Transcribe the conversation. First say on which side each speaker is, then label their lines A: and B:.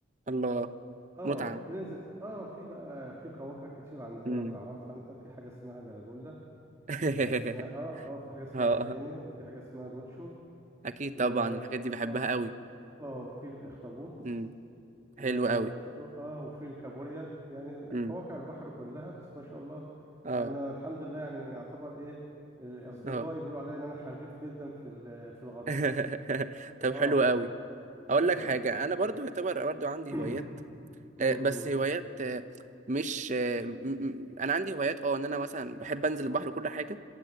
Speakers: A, on the right; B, on the right.
A: الله
B: اه
A: متعه
B: بننزل اه في بقى في قواقع كتير عندنا
A: امم
B: لو تعرفها انت في حاجه اسمها جلاجولا
A: <laughs>
B: وفي حاجه اسمها اه اه في حاجه اسمها
A: اه
B: ختانيا وفي حاجه اسمها جونشور
A: اكيد
B: و
A: طبعا الحاجات دي بحبها
B: اه
A: قوي
B: اه وفي الاخطبوط
A: امم
B: و-
A: حلوه قوي
B: وفي اه وفي الكابوريا يعني
A: امم
B: كواكب البحر كلها بس ما شاء الله
A: اه
B: يعني أنا الحمد لله يعني يعتبر ايه الاصدقاء
A: اه
B: يقولوا عليا ان انا حريف جدا في ال- في الغطس
A: <laughs> طب
B: اه
A: حلو قوي
B: هم-
A: اقول
B: اه
A: لك حاجه انا برضو يعتبر برضو عندي
B: <clears throat>
A: هوايات
B: امم
A: آه، بس هوايات آه، مش آه، م- م- انا عندي هوايات اه ان انا مثلا بحب انزل البحر وكل حاجه